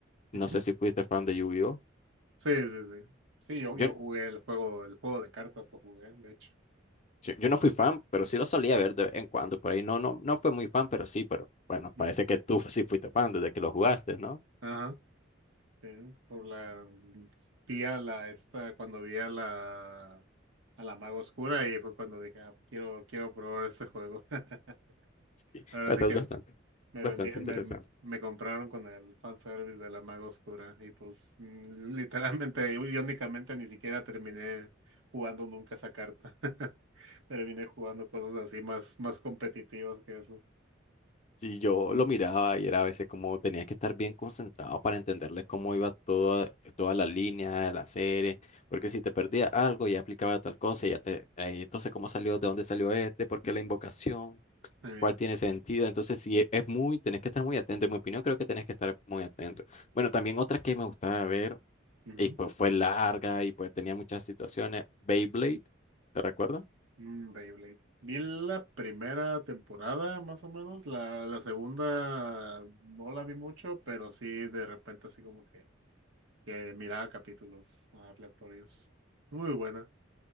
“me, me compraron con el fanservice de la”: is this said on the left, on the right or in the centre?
Right